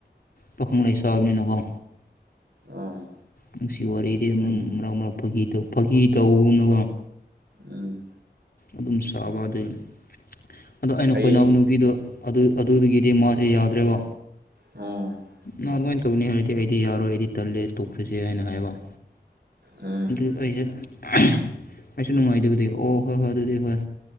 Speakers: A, on the left; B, on the right.
A: ꯄꯥꯈꯪ ꯂꯩ ꯁꯥꯕꯅꯤꯅꯀꯣ
B: ꯑꯥ
A: ꯅꯨꯡꯁꯤ ꯋꯥꯔꯤꯗꯤ ꯑꯃ
B: ꯍꯣꯏꯅꯦ
A: ꯃꯔꯛ ꯃꯔꯛ ꯐꯥꯀꯤ ꯇꯧ ꯐꯥꯒꯤꯀꯤ ꯇꯧꯒꯨꯝꯅꯀꯣ
B: ꯎꯝ
A: ꯑꯗꯨꯝ ꯆꯥꯕ ꯑꯗꯨꯩ ꯑꯗꯣ ꯑꯩꯅ
B: ꯍꯌꯦꯡ
A: ꯈꯣꯏꯅꯥꯎ ꯅꯨꯄꯤꯗꯣ ꯑꯗꯨ ꯑꯗꯨꯗꯨꯒꯤꯗꯤ ꯃꯥꯁꯦ ꯌꯥꯗ꯭ꯔꯦꯕ
B: ꯑ <unintelligible>
A: ꯅ ꯑꯗꯨꯃꯥꯏꯅ ꯇꯧꯅꯤ ꯍꯥꯏꯔꯗꯤ ꯑꯩꯗꯤ ꯌꯥꯔꯣꯏ ꯑꯩꯗꯤ ꯇꯜꯂꯦ ꯇꯣꯛꯈ꯭ꯔꯨꯁꯦ ꯍꯥꯏꯅ ꯍꯥꯏꯕ
B: ꯎꯝ
A: ꯑꯗꯨ ꯑꯩꯁꯨ ꯑꯩꯁꯨ ꯅꯨꯡꯉꯥꯏꯗꯕꯗꯤ ꯑꯣ ꯍꯣꯏ ꯍꯣꯏ ꯑꯗꯨꯗꯤ ꯍꯣꯏ